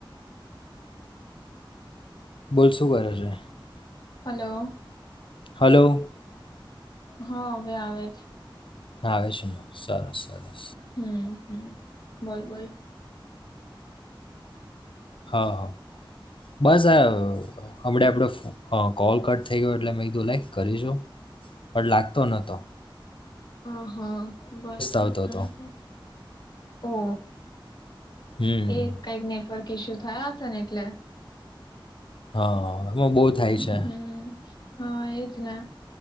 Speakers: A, on the left; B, on the left.
A: બોલ શું કરે છે?
B: હલો.
A: હલો.
B: હા હવે આવે છ.
A: હા આવે છે. સારું, સારું.
B: હમ્મ. હમ્મ બોલ, બોલ.
A: હા હા બસ આ હબળે આપડે હ કોલ કટ થઈ ગયો એટલે મેં કીધું લાઈ કરીશુ. પણ લાગતો નતો
B: હ, હા, બરાબર
A: આવતો
B: બરાબર
A: હતો
B: ઓ
A: હમ
B: એ કઈ ગ ન નેટવર્ક ઇસ્યુ થયા હશે છે ને એટલે
A: હા એમાં બહુ થાય છે
B: હમ હા એજ ને